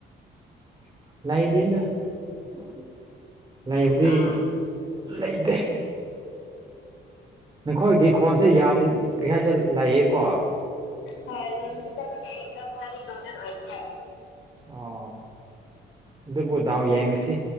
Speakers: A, on the right; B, on the left.
A: <unintelligible> ꯂꯩꯕꯨꯗꯤ
B: ꯑꯥ
A: ꯂꯩꯇꯦ ꯅꯈꯣꯏꯒꯤ ꯈꯣꯟꯁꯦ ꯌꯥꯝ ꯀꯩꯀꯥꯏꯁꯦ ꯂꯩꯌꯦꯀꯣ
B: ꯍꯣꯏ ꯂꯕꯤ ꯆꯗ ꯈ ꯃ ꯑꯣꯏꯁ
A: ꯑꯣ ꯑꯗꯨꯕꯨ ꯗꯥꯎ ꯌꯦꯡꯁꯤ